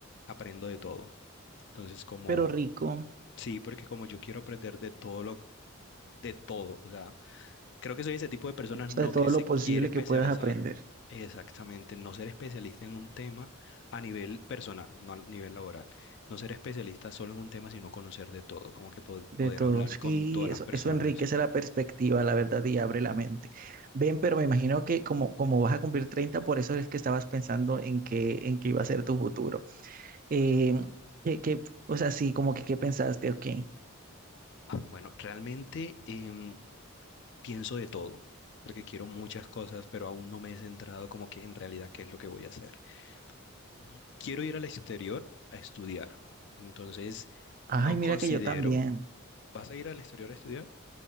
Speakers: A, on the left; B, on the right.
A: aprendo de todo. Entonces, como,
B: Pero rico, o
A: sí, porque como yo quiero aprender de todo lo, de todo, o sea. Creo que soy ese tipo de personas,
B: sea,
A: no
B: de todo
A: que se
B: lo posible
A: quiere especializar.
B: que puedas aprender,
A: Exactamente, no ser especialista en un tema a nivel personal, no a nivel laboral. No ser especialista solo en un tema, sino conocer de todo, como que po-
B: de
A: poder
B: todo.
A: hablar
B: Sí,
A: con todas
B: eso,
A: las personas.
B: eso enriquece la perspectiva, la verdad, y abre la mente. Ven, pero me imagino que como, como vas a cumplir 30, por eso es que estabas pensando en qué, en qué iba a ser tu futuro. Eh, que, que, o sea, sí, como que qué pensaste, ok.
A: Ah, Bueno, realmente em, pienso de todo, porque quiero muchas cosas, pero aún no me he centrado como que en realidad qué es lo que voy a hacer. Y Quiero ir al exterior a estudiar, entonces
B: Ay,
A: no considero...
B: mira que yo también.
A: ¿Vas a ir al exterior a estudiar?